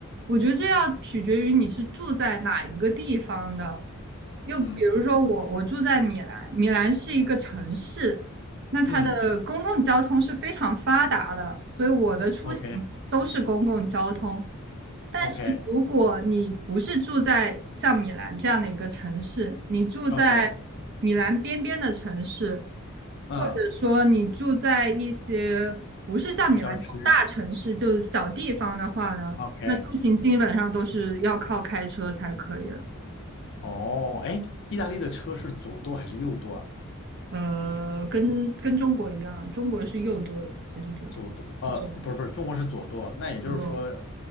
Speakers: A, on the right; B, on the left.
A: 我觉得这要取决于你是住在哪一个地方的。又比如说我，
B: 嗯嗯
A: 我住在米兰，米兰是一个城市，那它的公共交通是非常发达的，
B: 嗯
A: 所以我的出行都是公共交通。
B: ，OK
A: 但是如果你不是住在像米兰这样的一个城市，
B: OK
A: 你住在
B: OK，
A: 米兰边边的城市，
B: 嗯，
A: 或者说你住在一些不是像米兰这种大城市，
B: 郊区
A: 就是小地方的话呢？
B: OK。
A: 那出行基本上都是要靠开车才可以了
B: 哦，哎，意大利的车是左舵还是右舵啊？
A: 呃，跟跟中国一样，中国是右舵的还是左舵？
B: 左舵，呃，
A: 左
B: 不是不是，中国是左舵，那也就是说，
A: 左舵。